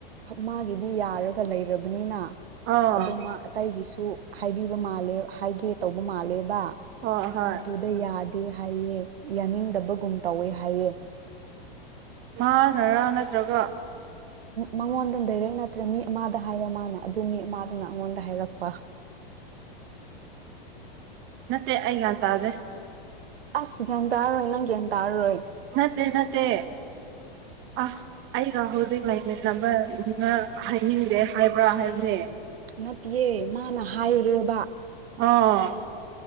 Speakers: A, on the right; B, on the right.
A: ꯃꯥꯒꯤꯗꯤ ꯌꯥꯔꯒ ꯂꯩꯔꯕꯅꯤꯅ
B: ꯑꯥ
A: ꯑꯗꯣ ꯃꯥ ꯑꯩꯒꯤꯁꯨ ꯍꯥꯏꯕꯤꯕ ꯃꯥꯜꯂꯦ ꯍꯥꯏꯒꯦ ꯇꯧꯕ ꯃꯥꯜꯂꯦꯕ
B: ꯍꯣꯏ ꯍꯣꯏ
A: ꯑꯗꯨꯗ ꯌꯥꯗꯦ ꯍꯥꯏꯌꯦ ꯌꯥꯅꯤꯡꯗꯕꯒꯨꯝ ꯇꯧꯋꯦ ꯍꯥꯏꯌꯦ
B: ꯃꯥꯅꯔꯥ ꯅꯠꯇ꯭ꯔꯒ
A: ꯃꯉꯣꯟꯗ ꯗꯔꯦꯛ ꯅꯠꯇ꯭ꯔꯦ ꯃꯤ ꯑꯃꯗ ꯍꯥꯏꯕ ꯃꯥꯅ ꯑꯗꯨ ꯃꯤ ꯑꯃꯗꯨꯅ ꯑꯩꯉꯣꯟꯗ ꯍꯥꯏꯔꯛꯄ
B: ꯅꯠꯇꯦ ꯑꯩꯒꯌꯥꯟ ꯇꯥꯗ‌ꯦ
A: ꯑꯁ ꯒ꯭ꯌꯥꯟ ꯇꯥꯔꯣꯏ ꯅꯪ ꯒ꯭ꯌꯥꯟ ꯇꯥꯔꯔꯣꯏ
B: ꯅꯠꯇꯦ ꯅꯠꯇꯦ ꯑ ꯑꯩꯒ ꯍꯧꯖꯤꯛ ꯂꯥꯏꯃꯤꯟꯅꯕ ꯗꯨꯅ ꯍꯥꯏꯅꯤꯡꯗꯦ ꯍꯥꯏꯕ꯭ꯔꯥ ꯍꯥꯏꯕꯅꯦ
A: ꯅꯠꯇꯤꯌꯦ ꯃꯥꯅ ꯍꯥꯏꯔꯦꯕ
B: ꯑꯣ